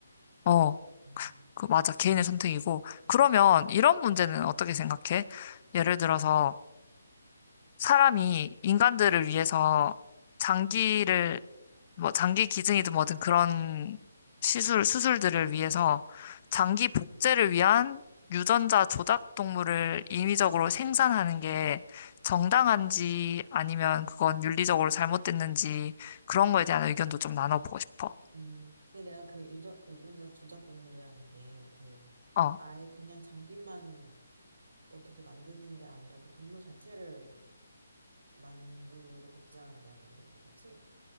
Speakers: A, on the left; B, on the right.
A: 어, 어.
B: 음.
A: 그 맞아. 개인의 선택이고. 그러면
B: 음.
A: 이런 문제는 어떻게 생각해? 예를 들어서 사람이 인간들을 위해서 장기를 뭐 장기 기증이든 뭐든 그런 시술 수술들을 위해서 장기 복제를 위한 유전자 조작 동물을 인위적으로 생산하는 게 정당한지 아니면 그건 윤리적으로 잘못됐는지 그런 거에 대한 의견도 좀 나눠보고 싶어.
B: 음, 근데 내가 그 유저, 그 유전자 조작 동물이라는 게, 그,
A: 어,
B: 아예 그냥 장기만 어떻게 만드는 게 아니라 그 동물 자체를 만들고 복제한다는 얘기인 거지?